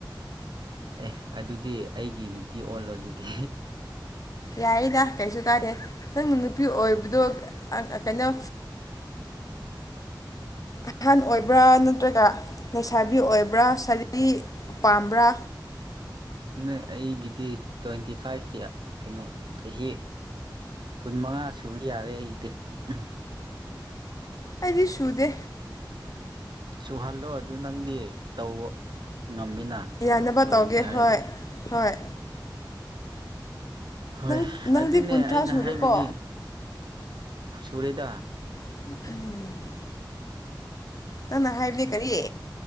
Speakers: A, on the right; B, on the left.
A: ꯑꯦ ꯑꯗꯨꯗꯤ ꯑꯩꯒꯤ ꯅꯨꯄꯤ ꯑꯣꯜꯂꯣ ꯑꯗꯨꯗꯤ
B: ꯌꯥꯏꯗ ꯀꯩꯁꯨ ꯇꯥꯔꯦ ꯅꯪꯅ ꯅꯨꯄꯤ ꯑꯣꯏꯕꯗꯣ ꯀꯩꯅꯣ ꯑꯍꯜ ꯑꯣꯏꯕ꯭ꯔꯥ ꯅꯠꯇ꯭ꯔꯒ ꯂꯩꯁꯥꯕꯤ ꯑꯣꯏꯕ꯭ꯔꯥ ꯁꯥꯔꯤ ꯄꯥꯝꯕ꯭ꯔꯥ
A: ꯅꯣꯏ ꯑꯩꯒꯤꯗꯤ ꯇ꯭ꯋꯦꯟꯇꯤ ꯐꯥꯏꯚꯀꯤ ꯀꯩꯅꯣ ꯆꯍꯤ ꯀꯨꯟ ꯃꯉꯥ ꯁꯨꯕ ꯌꯥꯔꯦ ꯑꯩꯗꯤ ꯎꯝ
B: ꯑꯩꯗꯤ ꯁꯨꯗꯦ
A: ꯁꯨꯍꯜꯂꯣ ꯑꯗꯨ ꯅꯪꯗꯤ ꯇꯧꯕ ꯉꯝꯃꯤꯅ
B: ꯌꯥꯅꯕ
A: ꯁꯨꯍꯟꯒꯦ
B: ꯇꯧꯒꯦ
A: ꯍꯥꯏꯔꯗꯤ
B: ꯍꯣꯏ ꯍꯣꯏ
A: ꯍꯣꯏ
B: ꯅꯪ ꯅꯪꯗꯤ
A: ꯑꯗꯨꯅꯦ
B: ꯀꯨꯟꯊ꯭ꯔꯥ
A: ꯑꯩꯅ
B: ꯁꯨꯔꯦꯀꯣ
A: ꯍꯥꯏꯕꯗꯤ ꯁꯔꯤꯗ
B: ꯑꯝ ꯅꯪꯅ ꯍꯥꯏꯕꯅꯦ ꯀꯔꯤ